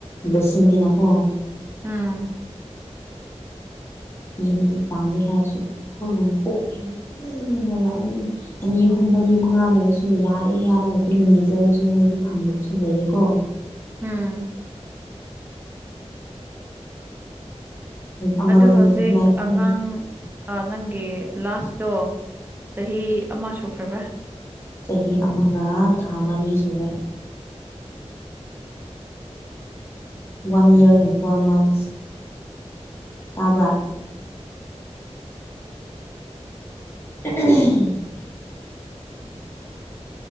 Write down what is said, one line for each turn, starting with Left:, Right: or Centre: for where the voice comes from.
Left: ꯕ꯭ꯂꯦꯁꯁꯤꯡ ꯅꯤꯅꯀꯣ
Right: ꯎꯝ
Left: ꯃꯤꯗꯤ ꯄꯥꯝꯃꯦ ꯍꯥꯏꯔꯁꯨ ꯑꯩꯈꯣꯏꯒꯨꯝ ꯀꯣꯛꯅꯤꯡꯂꯒ ꯑꯗꯨꯝ ꯑꯅꯤ ꯑꯍꯨꯝ ꯃꯔꯤ ꯃꯉꯥ ꯂꯩꯔꯁꯨ ꯑꯗꯨ ꯌꯥꯏꯑꯦ ꯍꯥꯏꯅ ꯑꯗꯨꯝ ꯃꯦꯖꯔꯁꯨ ꯃꯣꯏꯗꯤ ꯐꯪꯗꯕꯁꯨ ꯂꯩꯌꯦꯀꯣ
Right: ꯎꯝ
Left: ꯑꯃꯔꯣꯝꯗꯗꯤ
Right: ꯑꯗꯨ ꯍꯧꯖꯤꯛ
Left: ꯑꯗꯨꯃꯥꯏꯅ ꯈꯜꯂꯦ
Right: ꯑꯉꯥꯡ ꯅꯪ ꯒꯤ ꯂꯥꯁꯇꯣ ꯆꯍꯤ ꯑꯃ ꯁꯨꯈ꯭ꯔꯕ꯭ꯔ
Left: ꯆꯍꯤ ꯑꯃꯒ ꯊꯥ ꯃꯔꯤ ꯁꯨꯔꯦ one year and four months ꯇꯥꯕꯔ ꯎꯝ